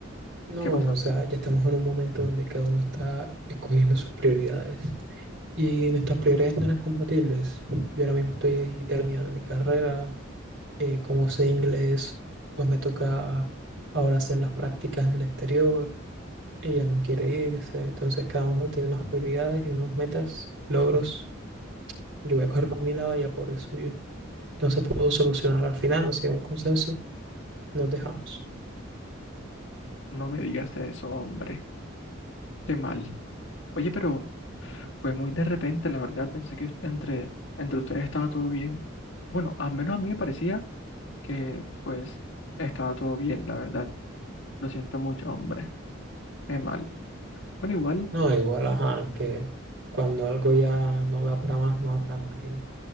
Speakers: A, on the right; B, on the left.
A: No,
B: ¿Qué pasó?
A: o sea, ya estamos en un momento donde cada uno está escogiendo sus prioridades y nuestras prioridades no eran compatibles. Yo ahora mismo estoy terminando mi carrera, eh, como sé inglés, pues me toca ahora hacer las prácticas en el exterior Ella no quiere irse, entonces cada uno tiene unas prioridades y unas metas, logros. Yo voy a coger por mi lado, ella por el suyo. No se pudo solucionar al final, no se llegó a un consenso, nos dejamos.
B: No me digas eso, hombre. Qué mal. Oye, pero fue muy de repente, la verdad. Pensé que entre, entre ustedes estaba todo bien. Bueno, al menos a mí me parecía que pues estaba todo bien, la verdad. Lo siento mucho, hombre. Qué mal. Bueno, igual,
A: No, igual, ajá, que cuando algo ya no da para más, no da para más. Y